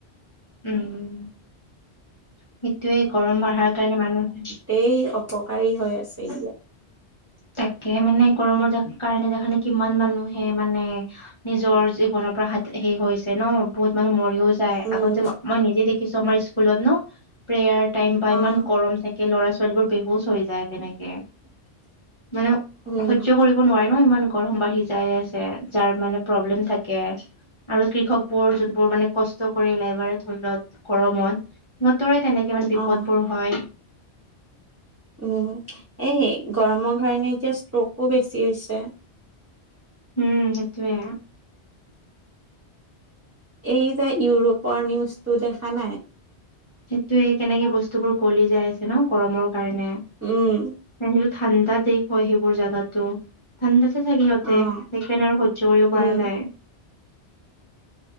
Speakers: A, on the left (about 30°); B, on the right (about 15°).
A: উম সেইটোৱে গৰম বাঢ়াৰ কাৰণে মানুহ।
B: তেই অপকাৰী হৈ আছে এতিয়া।
A: তাকে মানে গৰমৰ কাৰণে দেখানে কিমান মানুহে মানে। নিজৰ জীৱনৰ পৰা হা হেষ হৈছে ন বহুত মানুহ মৰিও যায়
B: উম,
A: আগতে মই নিজে দে। কিছু আমাৰ স্কুলত ন। প্ৰেয়াৰ টাইম বা ইমান
B: অ',
A: গৰম থাকে ল'ৰা ছোৱালীবোৰ বেহুচ হৈ যায় তেনেকে। মানে
B: উম,
A: সজ্য কৰি। ব নোৱাৰি ন ইমান গৰম বাঢ়ি যাই আছে যাৰ মানে প্ৰব্লেম থাকে। আৰু কৃষক বোৰ যোনবোৰ মানে কষ্ট কৰিলাই বাৰে ধৰি লত গৰমত। সিহঁতৰে‌ মানে তেনেকে মানে
B: অ',
A: বিপদ বোৰ হয়।
B: উম এইেই গৰমৰ কাৰণে এতিয়া ষ্ট্ৰকো বেছি হৈছে।
A: উম সেটোৱে।
B: এই যে ইউৰোপৰ নিউজটো দেখা নাই।
A: সেইটোয়ে কেনেকে বস্তু বোৰ কলি যাই আছে ন গৰমৰ কাৰণে।
B: উম।
A: সেইটো ঠাণ্ডা দেশ হয় সেইবোৰ জাগাতো ঠাণ্ডাতে থাকে সিহঁতে
B: অ',
A: কেনে আৰু সহ্য কৰিব
B: উম।
A: পৰা নাই।